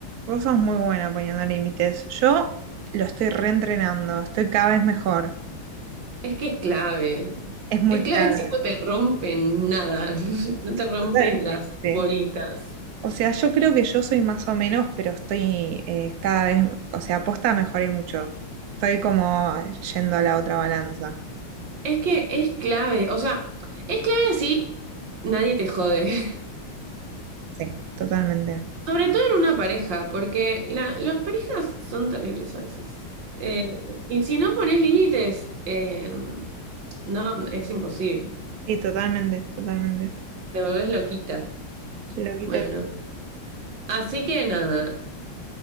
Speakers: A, on the right (about 80°); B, on the right (about 60°).
A: vos sos muy buena poniendo límites. Yo lo estoy reentrenando, estoy cada vez mejor.
B: Es que es clave.
A: Es muy
B: Es clave
A: claro.
B: <laughs> si no te rompen nada, <laughs> no
A: Sí,
B: te rompen
A: totalmente.
B: las bolitas.
A: O sea, yo creo que yo soy más o menos, pero estoy eh, cada vez, o sea, posta mejoré mucho. Estoy como yendo a la otra balanza.
B: Es que es clave, o sea, es clave así, nadie te jode. <laughs>
A: Sí, totalmente.
B: Sobre todo en una pareja, porque la, las parejas son terribles a veces. Eh, y si no pones límites, eh, no, es imposible.
A: Sí, totalmente, totalmente.
B: Te volvés loquita.
A: Lo quité.
B: Bueno, así que nada,